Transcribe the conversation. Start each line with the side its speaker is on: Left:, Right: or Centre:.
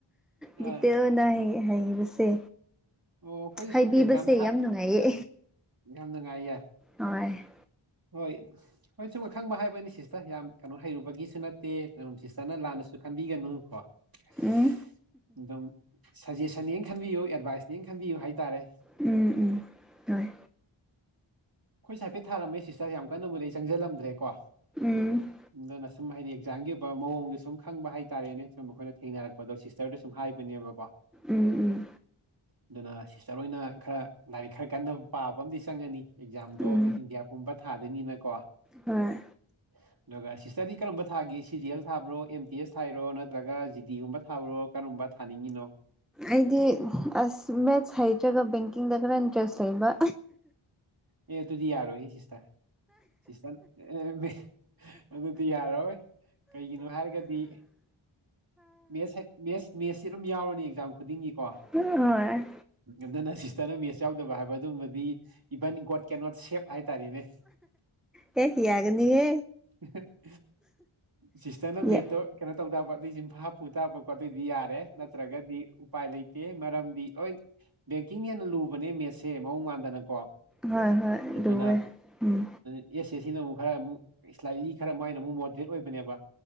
Right: ꯑꯥ
Centre: ꯗꯤꯇꯦꯜ ꯑꯣꯏꯅ ꯍꯩ ꯍꯩꯕꯁꯦ
Right: ꯑꯣ ꯑꯩꯈꯣꯏꯁꯨ
Centre: ꯍꯥꯏꯕꯤꯕꯁꯦ
Right: ꯁꯨꯝ ꯑꯦꯛꯖꯥꯝ ꯊ
Centre: ꯌꯥꯝ ꯅꯨꯡꯉꯥꯏꯌꯦ
Right: ꯑ ꯌꯥꯝ ꯅꯨꯡꯉꯥꯏꯌꯦ
Centre: ꯍꯣꯏ
Right: ꯍꯣꯏ ꯍꯣꯏ ꯁꯨꯝ ꯑꯈꯪꯕ ꯍꯥꯏꯕꯅꯤ ꯁꯤꯁꯇꯔ ꯌꯥꯝ ꯀꯩꯅꯣ ꯍꯩꯔꯨꯕꯒꯤꯁꯨ ꯅꯠꯇꯦ ꯁꯤꯁꯇꯔꯅ ꯂꯥꯟꯅꯁꯨ ꯈꯟꯕꯤꯒꯅꯨ ꯀꯣ ꯑꯗꯨꯝ
Centre: ꯎꯝ
Right: ꯁꯖꯦꯁꯟꯅꯦ ꯈꯟꯕꯤꯌꯨ ꯑꯦꯗꯚꯥꯏꯁꯅꯦꯅ ꯈꯟꯕꯤꯌꯨ ꯍꯥꯏꯇꯥꯔꯦ
Centre: ꯎꯝ ꯎꯝ ꯍꯣꯏ
Right: ꯑꯩꯈꯣꯏ ꯍꯥꯏꯐꯠꯊꯥꯔꯝꯃꯦ ꯁꯤꯁꯇꯔ ꯌꯥꯝ ꯀꯟꯅ ꯕꯨꯗꯤ ꯆꯪꯖꯜꯂꯝꯗ꯭ꯔꯦ ꯀꯣ
Centre: ꯎꯝ
Right: ꯑꯗꯨꯅ ꯁꯨꯝ ꯍꯥꯏꯗꯤ ꯑꯦꯛꯖꯥꯝꯒꯤ ꯑꯣꯏꯕ ꯃꯑꯣꯡꯗꯣ ꯁꯨꯝ ꯈꯪꯕ ꯍꯥꯏꯇꯥꯔꯦꯅꯦ ꯁꯨꯝ ꯑꯩꯈꯣꯏꯅ ꯊꯦꯡꯅꯔꯛꯄꯗꯣ ꯁꯤꯁ ꯇꯔꯗ ꯁꯨꯝ ꯍꯥꯏꯕꯅꯦꯕꯀꯣ
Centre: ꯎꯝ ꯎꯝ
Right: ꯑꯗꯨꯅ ꯁꯤꯁꯇꯔ ꯑꯣꯏꯅ ꯈꯔ ꯂꯥꯏꯔꯤꯛ ꯈꯔ ꯀꯟꯕ ꯄꯥꯕ ꯑꯃꯗꯤ ꯆꯪꯉꯅꯤ ꯑꯦꯛꯖꯥꯝꯗꯣ
Centre: ꯎꯝ
Right: ꯏꯟꯗꯤꯌꯥ ꯄꯨꯝꯕ ꯊꯥꯗꯣꯏꯅꯤꯅꯀꯣ ꯑꯗꯨꯒ
Centre: ꯍꯣꯏ
Right: ꯁꯤꯁꯇꯔꯗꯤ ꯀꯔꯝꯕ ꯊꯥꯒꯦ ꯁꯤ ꯖꯤ ꯑꯦꯜ ꯊꯥꯕ꯭ꯔꯣ ꯑꯦꯝ ꯇꯤ ꯑꯦꯁ ꯊꯥꯏꯔꯣ ꯅꯠꯇ꯭ꯔꯒ ꯖꯤ ꯗꯤꯒꯨꯝꯕ ꯊꯥꯕ꯭ꯔꯣ ꯀꯔꯝꯕ ꯊꯥꯅꯤꯡꯉꯤꯅꯣ
Centre: ꯑꯩꯗꯤ ꯑꯁ ꯃꯦꯠꯁ ꯍꯩꯇ꯭ꯔꯒ ꯕꯦꯡꯀꯤꯡꯗ ꯈꯔ ꯏꯟꯇꯔꯦꯁ ꯂꯩꯕ
Right: ꯑꯦ ꯑꯗꯨꯗꯤ ꯌꯥꯔꯣꯏꯌꯦ ꯁꯤꯁꯇꯔ ꯁꯤꯁꯇꯔ ꯑꯦ ꯑꯗꯤ ꯑꯗꯨꯗꯤ ꯌꯥꯔꯣꯏ ꯀꯩꯒꯤꯅꯣ ꯍꯥꯏꯔꯒꯗꯤ ꯃꯦꯠꯁꯦꯠ ꯃꯦꯠꯁꯁꯤ ꯑꯗꯨꯝ ꯌꯥꯎꯔꯅꯤ ꯑꯦꯛꯖꯥꯝ ꯈꯨꯗꯤꯡꯒꯤꯀꯣ
Centre: ꯅꯥ ꯍꯣꯢ
Right: ꯑꯗꯨꯅ ꯁꯤꯁꯇꯔꯅ ꯃꯦꯠꯁ ꯌꯥꯎꯗꯕ ꯍꯥꯏꯕ ꯑꯗꯨꯝꯕꯗꯤ ꯏꯚꯟ ꯒꯣꯠ ꯀꯦꯟ ꯅꯣꯠ ꯁꯦꯞ ꯍꯥꯏ ꯇꯥꯔꯦꯅꯦ <inaudible>
Centre: ꯍꯦ ꯌꯥꯒꯅꯤꯌꯦ
Right: <unintelligible> ꯁꯤꯁꯇꯔꯅ ꯃꯦꯠꯇꯣ
Centre: ꯌꯥ
Right: ꯀꯩꯅꯣ ꯇꯧꯗꯕ <unintelligible> ꯍꯥꯞꯄꯨ ꯇꯥꯕ ꯀꯣ ꯑꯗꯨꯢꯗꯤ ꯌꯥꯔꯦꯢ ꯅꯠꯇ꯭ꯔꯒꯗꯤ ꯎꯄꯥꯏ ꯂꯩꯇꯦ ꯃꯔꯝꯗꯤ ꯍꯣꯏ ꯕꯦꯡꯀꯤꯡ ꯍꯦꯟꯅ ꯂꯨꯕꯅꯦ ꯃꯦꯠꯁꯦ ꯃꯑꯣꯡ ꯃꯥꯟꯗꯅꯀꯣ
Centre: ꯍꯣꯏ ꯍꯣꯏ
Right: ꯑꯗꯨꯅ
Centre: ꯂꯨꯋꯦ ꯎꯝ
Right: ꯑꯦꯁ ꯑꯦ ꯁꯤꯅ ꯑꯃꯨꯛ ꯈꯔ ꯑꯃꯨꯛ ꯏꯁꯂꯥꯏꯠꯂꯤ ꯈꯔ ꯃꯣꯢꯅ ꯑꯃꯨꯛ ꯃꯣꯗꯔꯦꯠ ꯑꯣꯏꯕꯅꯦꯕ